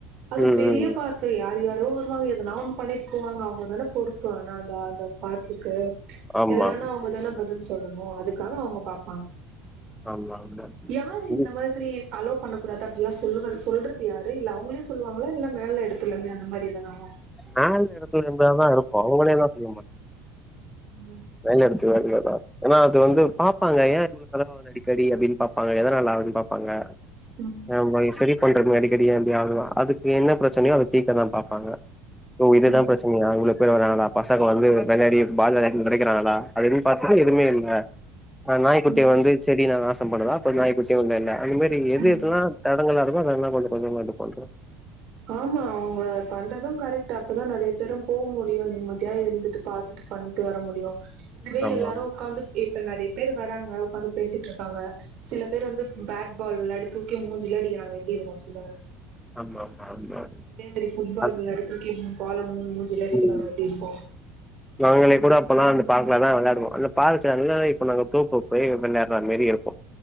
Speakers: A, on the right; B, in the centre.
A: அது
B: ம்
A: பெரிய
B: ம்
A: பார்க்கு யார் யாரோ வருவாங்க எதனா ஒண்ணு பண்ணிட்டு போவாங்க அவுங்கதானே பொறுப் ப்பு ஆனா அந்த அந்த பார்க்குக்கு
B: ஆமா
A: எதுனானா அவுங்க தான பதில் சொல்லனோ அதுக்காக அவுங்க பாப்பாங்க
B: ஆமா ஆமா
A: யாரு
B: <unintelligible>
A: இந்த மாதிரி அலோ பண்ணக் கூடாது அப்டிலா சொல்லுவரு சொல்றது யாரு இல்ல அவுங்களே சொல்லுவாங்களா இல்ல மேல எடுத்துலெந்து அந்த மாரி எதானவா
B: மேல எடத்துலெந்தாதா இருக்கு அவுங்களேல்லா சொல்லிற மாட்
A: ம்
B: மேல் எடத்துலர்ந்துதா ஏனா அது வந்து பாப்பாங்க ஏ இவுங்ளுக்கலா அடிக்கடி அப்டின் பாப்பாங்க எதனால ஆவுது பாப்பாங்க
A: ம்
B: அ மாரி செரி பண்ற ம அடி க்கடி ஏ இப்டி ஆவுது அதுக்கு என்ன ப்ரச்சனயோ அத தீக்கதா பாப்பாங்க ஒ இதுதா
A: ம்
B: ப்ரெச்சனயா <unintelligible> கிறனாலதா பசங்க வந்து வெளாடி பால் வெளா ம் ஒடைக்கிறாங்களா அப்டி இப்டின் பாத்துட்டு எதுமே இல்ல ஆ நாய்குட்ட
A: ம்
B: வந்து செடிய நாசம் பண்ணுதா இப்ப நாய்க் குட்டியு இல்லேல அந்த மேரி எது
A: ம்
B: எதுல்லா தடங்களே இருகோ அதெல்லா கொஞ்ச கொஞ்சமா இது போண்றே
A: ஆமா அவுங்கே பண்றதே கரெக்ட்டு அப்பதா நறைய பேரு போ முடியு நிம்மதியா இருந்துட்டு பாத்து பண்ட்டு வர முடியு இதுவே
B: ஆமா
A: எல்லாரு உக்காந்து இப்ப நறிய பேர் வராங்க உக்காந்து பேசிட்ருக்காங்க சில பேர் வந்து பேட் பால் விள்ளாடி தூக்கி மூஞ்லே அடிக்கிறங்க எப்டி இருக்கு சொல்லுங்க
B: ஆமா மா ஆமா
A: அதே மெரி ஃபுட்பால்
B: அது
A: வெள்ளாடி தூக்கி மூண் பால மு மூஞ்சிலே அடிக்கிறாங்க
B: ம்
A: எப்டி இருக்கு
B: நாங்களே கூட அப்பலா அந்த பார்க்கல தா வெள்ளாடுவே அந்த பார் ஜன்னலே இப்ப நாங்க தோப்போ போயி வெள்ளாற்றா மேரி இருக்கு